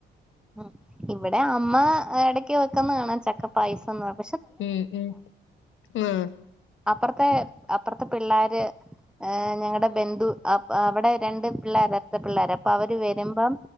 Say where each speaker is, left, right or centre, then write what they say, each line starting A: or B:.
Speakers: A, in the centre; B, on the left.
A: ഉം ഇവിടെ അമ്മ ഇടക്ക് വെക്കുന്നതാണ് ചക്കപ്പായസം എന്ന് പറ
B: ഉം ഉം ആഹ്
A: അപ്പുറത്തെ അപ്പുറത്തെ പിള്ളോര് ഹ് ഞങ്ങളുടെ ബന്ധു അ അവിടെ രണ്ട് പിള്ളേർ അവിട്ത്ത പിള്ളേർ അപ്പൊ അവര് വരുമ്പം